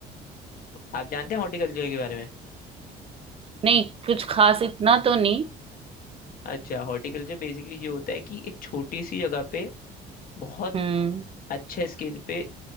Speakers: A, on the left; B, on the right.
A: आप जानते हैं हॉर्टिकल्चर के बारे में
B: नहीं कुछ खास इतना तो नहीं
A: अच्छा हॉर्टिकल्चर बेसिकली ये होता है कि एक छोटी सी जगह पे बहुत
B: हम्म
A: अच्छे स्केल पे